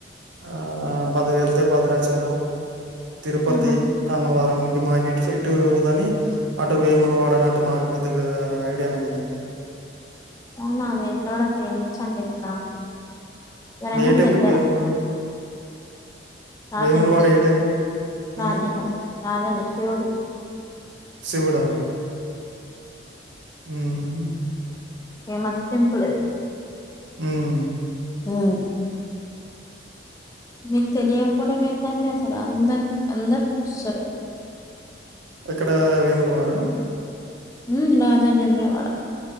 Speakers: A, on the right (about 75°); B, on the left (about 15°).
A: ఆ బద్ర వెళ్తే భద్రాచలం తిరుపతి,
B: ఉహు
A: అన్నవరం మాకి ఇటు ఇటు ఇదని అటు వేములవాడనట్టు మాకు పెద్దగా ఐడియా ఉండదండి
B: అవునా వేములవాడ ఫేమస్ అండి <unintelligible> విరంగం
A: ఏ టెంపుల్
B: దగ్గర
A: వేములవాడ
B: రాజన్న
A: వేములవాడ ఏ టెంపుల్
B: రాజన్న
A: ఆ
B: రాజన్న శివుడు
A: శివుడా మ్మ్
B: ఫేమస్ టెంపుల్ అది
A: మ్మ్
B: మ్మ్ మీకు తెలియపోవడం ఏందండి అసలు అందరు అందరు చూస్తరు
A: ఎక్కడ వేములవాడా
B: మ్మ్ రాజన్న వేములవాడ